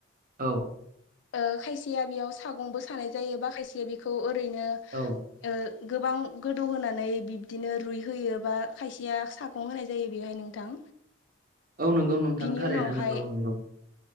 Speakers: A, on the right; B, on the left.
A: औ।
B: ओ खायसेया बेयाव सागंबो सानाय जायो बा खायसेया बेखौ ओरैनो
A: औ।
B: ओ गोबां गोदौहोनानै बिब्दिनो रुइहोयो बा खायसेया सा गं होनाय जायो बेहाय नोंथां।
A: औ नोंगौ नोंथां
B: बिनि
A: थारैनो
B: उनावहाय
A: नोंगौ नोंगौ।